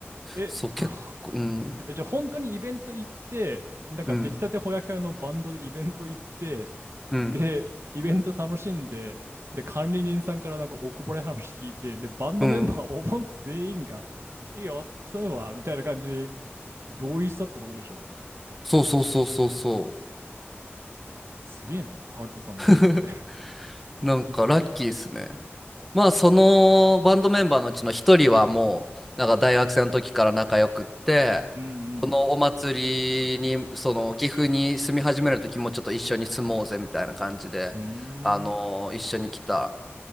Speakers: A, on the right (about 75°); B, in the centre.
A: え、
B: そう、結構、
A: <laughs>
B: うん。
A: え、じゃあ本当にイベント行って、なんか出来たてほやほやのバンドでイベント行って、
B: うんうん。
A: で、イベント楽しんで、で、管理人さんからなんかおこぼれ話聞いて、で、バンドメンバーおぼんと全員が、
B: うん。
A: いいよ、そうは、みたいな感じで同意したってことでしょ。
B: そうそうそうそうそう。
A: すげえな、ハルトさんの人生。
B: <laughs> なんかラッキーですね。まあそのバンドメンバーのうちの一人はもうなんか大学生の時から仲良くって
A: うんうん。
B: このお祭りにその岐阜に住み始める時もちょっと一緒に住もうぜみたいな感じであの一緒に来た
A: うーん。